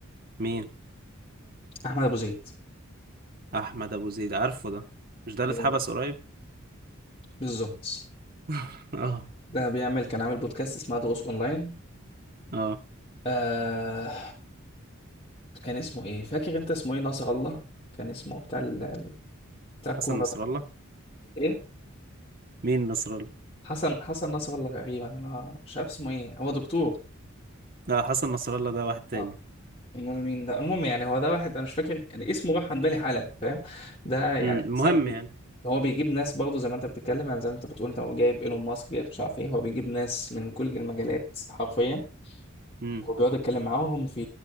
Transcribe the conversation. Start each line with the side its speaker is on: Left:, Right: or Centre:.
Right: مين
Left: احمد ابو زيد
Right: أحمد أبو زيد عارفه ده مش ده اللي
Left: بي-
Right: اتحبس قريب
Left: بالظبط
Right: <laughs> اه
Left: ده بيعمل كان عامل بودكاست اسمها دروس اونلاين
Right: اه
Left: آه كان اسمه ايه فاكر انت اسمه ايه ناصر الله كان اسمه بتاع ال... بتاع الكورة
Right: حسن نصر
Left: ده
Right: الله
Left: ايه
Right: مين نصر الله
Left: حسن حسن ناصر الله تقريبا انا مش عارف اسمه ايه هو دكتور
Right: لا حسن نصر الله ده واحد تاني
Left: اه امال مين ده المهم يعني هو ده واحد انا مش فاكر يعني اسمه راح عن بالي حالا فاهم ده يعني
Right: أمم، المهم
Left: انسان بي-
Right: يعني
Left: هو بيجيب ناس برضه زي ما انت بتتكلم يعني زي ما انت بتقول انت هو جايب ايلون ماسك جايب مش عارف ايه هو بيجيب ناس من كل المجالات حرفيا
Right: امم
Left: وبيقعد يتكلم معاهم في